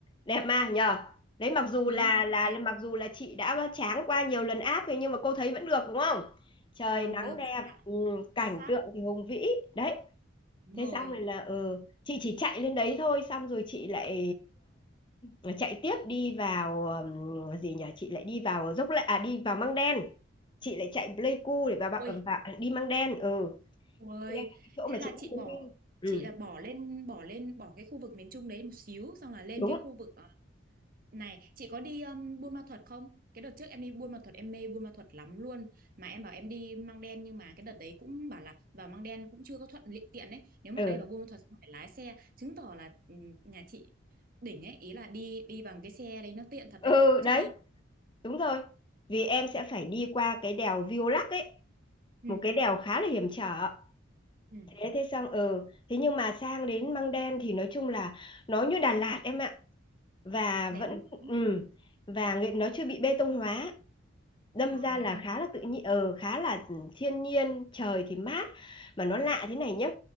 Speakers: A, on the left (about 25°); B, on the right (about 45°).
A: đẹp mà nhờ đấy mặc dù
B: Đúng
A: là
B: rồi,
A: là
B: đẹp.
A: là- mặc dù là chị đã tráng qua nhiều lần áp rồi nhưng mà cô thấy vẫn được đúng không trời
B: Vâng,
A: nắng
B: được
A: đẹp
B: chị ạ.
A: ừ, cảnh
B: Xuất sắc.
A: tượng thì hùng vĩ đấy
B: Đúng
A: thế
B: rồi.
A: xong rồi là ừ chị chỉ chạy lên đấy thôi xong rồi chị lại ờm, chạy tiếp đi vào ờm, gì nhỉ chị lại đi vào dốc lại à đi vào Măng Đen chị lại chạy Pleiku để vào, vào,
B: Ôi,
A: vào đi Măng Đen ừ
B: ôi.
A: Măng Đen là cái chỗ
B: Thế
A: mà
B: là
A: chị
B: chị
A: rất muốn
B: bỏ
A: đi ừ
B: chị là bỏ lên bỏ lên bỏ cái khu vực miền Trung đấy một xíu xong là lên
A: đúng
B: cái khu vực ờ, Này, chị có đi um, Buôn Ma Thuột không? Cái đợt trước em đi Buôn Ma Thuột em mê Buôn Ma Thuột lắm luôn. Mà em bảo em đi Măng Đen nhưng mà cái đợt đấy cũng bảo là vào Măng Đen cũng chưa có thuận li- tiện ấy. Nếu mà
A: ừ
B: bay vào Buôn Ma Thuột phải lái xe, chứng tỏ là ừm, nhà chị đỉnh ấy, ý là đi đi bằng cái xe đấy nó tiện thật
A: ừ
B: đấy. Chứ
A: đấy
B: đi
A: đúng rồi vì em sẽ phải đi qua cái đèo Violac ấy
B: ừ,
A: một cái đèo khá là hiểm trở
B: ừ,
A: thế thế xong ừ thế nhưng mà sang đến Măng Đen thì nói chung là nó như Đà Lạt em ạ và
B: đẹp
A: vẫn
B: lắm.
A: ừ và nghệ- nó chưa bị bê tông hóa đâm
B: Ờ.
A: ra là khá là tự nhiên ờ khá là thiên nhiên trời thì mát mà nó lạ thế này nhá